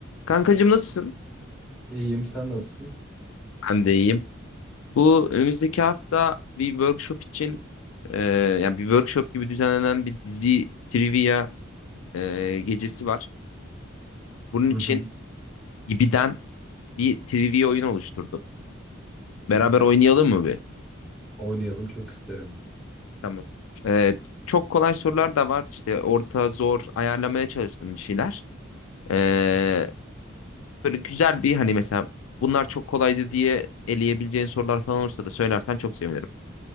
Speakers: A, on the left; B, in the centre.
A: Kankacığım nasılsın?
B: İyiyim, sen nasılsın?
A: Ben de iyiyim. Bu önümüzdeki hafta bir workshop için e, yani bir workshop gibi düzenlenen bir dizi trivia e, gecesi var. Bunun için
B: Hı hı.
A: Gibi'den bir trivia oyunu oluşturdum. Beraber oynayalım mı bir?
B: Oynayalım çok isterim.
A: Tamam. E, çok kolay sorular da var. İşte orta, zor ayarlamaya çalıştım bir şeyler. E, böyle güzel bir hani mesela bunlar çok kolaydı diye eleyebileceğin sorular falan olursa da söylersen çok sevinirim.